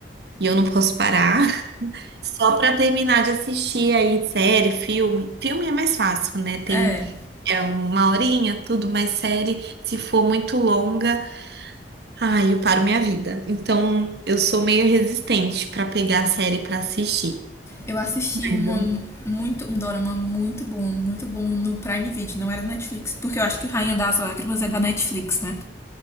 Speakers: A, on the right (about 65°); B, on the left (about 15°).
A: e eu não posso parar. <laughs> Só pra terminar de assistir aí série, filme. Filme é mais fácil, né? Tem
B: É,
A: é uma horinha, tudo mais série. Se for muito longa, ai, eu paro minha vida. Então, eu sou meio resistente pra pegar a série pra assistir.
B: eu assisti
A: Mas
B: uma
A: eu-
B: muito um dorama muito bom, muito bom no Prime Video, não era Netflix, porque eu acho que Rainha das Lágrimas é da Netflix, né?